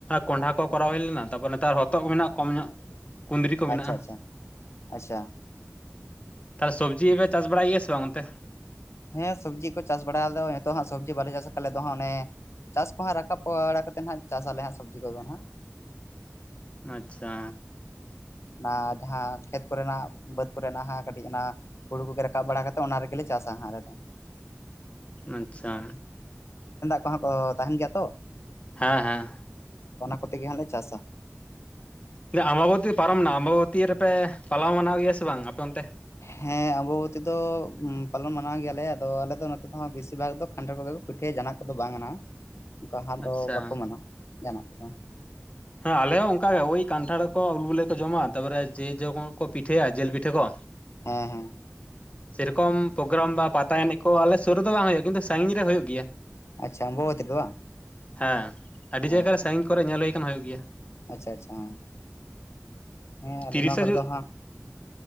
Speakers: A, on the left; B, on the left.
A: ᱠᱚᱸᱰᱷᱟ ᱠᱚᱨᱟᱣ ᱦᱩᱭ ᱞᱮᱱᱟ ᱛᱟᱨᱯᱚᱨᱮ ᱱᱮᱛᱟᱨ ᱦᱚᱛᱚᱫ ᱠᱚ ᱢᱮᱱᱟᱜᱼᱟ ᱠᱚᱢ ᱧᱚᱜ ᱠᱩᱸᱫᱽᱨᱤ ᱠᱚ ᱢᱮᱱᱟᱜᱼᱟ
B: ᱟᱪᱪᱷᱟ ᱟᱪᱪᱷᱟ ᱟᱪᱪᱷᱟ
A: ᱛᱟᱦᱚᱞᱮ ᱥᱚᱵᱽᱡᱤ ᱯᱮ ᱪᱟᱥ ᱵᱟᱲᱟᱭ ᱜᱮᱭᱟ ᱥᱮ ᱵᱟᱝ ᱚᱱᱛᱮ?
B: ᱦᱮᱸ ᱥᱚᱵᱽᱡᱤ ᱠᱚ ᱪᱟᱥ ᱵᱟᱲᱟᱭ ᱟᱫᱚ ᱱᱤᱛᱚᱜ ᱦᱟᱸᱜ ᱥᱚᱵᱽᱡᱤ ᱵᱟᱞᱮ ᱪᱟᱥᱮ ᱟᱞᱮᱫᱚ ᱦᱟᱸᱜ ᱚᱱᱮ ᱪᱟᱥ ᱠᱚᱦᱟᱸᱜ ᱨᱟᱠᱟᱵ ᱵᱟᱲᱟ ᱠᱟᱛᱮᱫ ᱱᱟᱸᱜ ᱪᱟᱥ ᱟᱞᱮ ᱦᱟᱸᱜ ᱥᱚᱵᱽᱡᱤ ᱠᱚᱫᱚ ᱦᱟᱸᱜ᱾
A: ᱟᱪᱪᱷᱟ
B: ᱚᱱᱟ ᱡᱟᱦᱟᱸ ᱠᱷᱮᱛ ᱠᱚᱨᱮᱱᱟᱜ ᱵᱟᱹᱫᱽ ᱠᱚᱨᱮᱱᱟᱜ ᱠᱟᱹᱴᱤᱡ ᱚᱱᱟ ᱦᱩᱲᱩ ᱠᱚᱜᱮ ᱨᱟᱠᱟᱵ ᱵᱟᱲᱟ ᱠᱟᱛᱮ ᱚᱱᱟ ᱨᱮᱜᱮᱞᱮ ᱪᱟᱥ ᱥᱟᱦᱟ ᱨᱮ ᱫᱚ
A: ᱟᱪᱪᱷᱟ
B: <unintelligible> ᱦᱚᱸ ᱛᱟᱦᱮᱱ ᱜᱮᱭᱟ ᱛᱚ᱾
A: ᱦᱮᱸ ᱦᱮᱸ
B: ᱠᱚ ᱛᱮ ᱜᱮ ᱦᱟᱸᱜ ᱞᱮ ᱪᱟᱥᱟ᱾
A: ᱟᱢᱢᱟᱵᱚᱛᱤ ᱯᱟᱨᱚᱢᱱᱟ ᱟᱢᱢᱟᱵᱚᱛᱤ ᱨᱮᱯᱮ ᱯᱟᱞᱟᱣ ᱢᱟᱱᱟᱣ ᱜᱮᱭᱟ ᱥᱮ ᱵᱟᱝ ᱟᱯᱮ ᱚᱱᱛᱮ
B: ᱦᱮᱸ ᱟᱢᱵᱟᱵᱚᱛᱤ ᱫᱚ ᱯᱟᱞᱚᱱ ᱢᱟᱱᱟᱣ ᱜᱮᱭᱟᱞᱮ ᱟᱫᱚ ᱟᱞᱮ ᱫᱚ ᱱᱚᱛᱮᱦᱚᱸ ᱵᱮᱥᱤᱨ ᱵᱷᱟᱜ ᱫᱚ ᱠᱟᱱᱴᱷᱟᱲ ᱠᱚᱜᱮ ᱠᱚ ᱯᱤᱴᱷᱟᱹᱭᱟ ᱡᱟᱦᱟᱱᱟᱜ ᱠᱚᱫᱚ ᱵᱟᱝ ᱚᱱᱠᱟ ᱦᱟᱸᱜ
A: ᱟᱪᱪᱷᱟ
B: ᱫᱚ ᱵᱟᱠᱚ ᱢᱟᱱᱟᱣᱟ ᱡᱟᱦᱟᱱᱟᱜ ᱠᱚᱫᱚ᱾
A: ᱦᱮᱸ ᱟᱞᱮ ᱦᱚᱸ ᱚᱱᱠᱟᱟᱜ ᱜᱮ ᱳᱭ ᱠᱟᱱᱴᱷᱟᱲᱠᱚ ᱟᱹᱞᱩ ᱠᱚ ᱡᱚᱢᱟ ᱛᱟᱯᱚᱨᱮ ᱡᱮ ᱡᱚ ᱠᱚ ᱯᱤᱴᱷᱟᱹ ᱯᱤᱴᱷᱟᱹᱭᱟ ᱡᱤᱞ ᱯᱤᱴᱷᱟᱹ ᱠᱚ
B: ᱦᱮᱸ ᱦᱮᱸ
A: ᱥᱮᱨᱚᱠᱚᱢ ᱯᱨᱳᱜᱨᱟᱢ ᱵᱟ ᱯᱟᱛᱟ ᱮᱱᱮᱡ ᱠᱚ ᱟᱞᱮ ᱥᱩᱨ ᱨᱮᱫᱚ ᱵᱟᱝ ᱦᱩᱭᱩᱜᱼᱟ ᱠᱤᱱᱛᱩ ᱥᱟᱺᱜᱤᱧ ᱨᱮ ᱦᱩᱭᱩᱜ ᱜᱮᱭᱟ᱾
B: ᱟᱪᱪᱷᱟ ᱟᱢᱵᱟᱵᱚᱛᱤ ᱨᱮ ᱵᱟᱝ
A: ᱦᱮᱸ ᱟᱹᱰᱤ
B: ᱦᱮᱸ
A: ᱡᱟᱭᱜᱟ
B: ᱛᱚ
A: ᱨᱮ ᱥᱟᱺᱜᱤᱧ ᱠᱚᱨᱮ ᱧᱮᱞ ᱦᱩᱭ ᱠᱟᱱᱟ ᱦᱩᱭᱩᱜ ᱜᱮᱭᱟ᱾
B: ᱟᱪᱪᱷᱟ ᱟᱪᱪᱷᱟ ᱦᱮᱸ ᱟ
A: ᱛᱤᱨᱤᱥᱟ
B: ᱱᱚᱣᱟ ᱠᱚᱨᱮ
A: ᱡᱩᱱ
B: ᱫᱚ ᱦᱟᱸᱜ